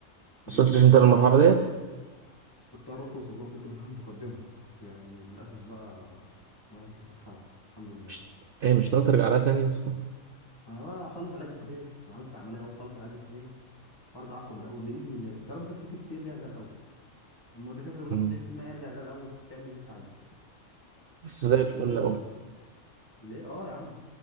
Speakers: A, on the left; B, on the right.
A: شديدة
B: وصلتش أنت للمرحلة ديت
A: كنت قربت أوصل لها وصلت مرحلة متقدمة بس يعني للأسف بقى الواحد كتفه اتخلع الحمد لله
B: مش إيه مش ناوي ترجع لها تاني يا اسطى
A: أنا بقى أخلص العلاج الطبيعي أنا عملت عملية أهو خلص العلاج الطبيعي وأرجع أقوى من الأول بإذن الله بس يا رب بس كتفي يرجع زي الأول هما الدكاترة بيقولوا
B: مم.
A: لي 90% يرجع زي الأول تعمل اللي أنت عايزه
B: بس زي الفل
A: قلت لهم
B: أوي
A: ماشي ليه؟ أه يا عم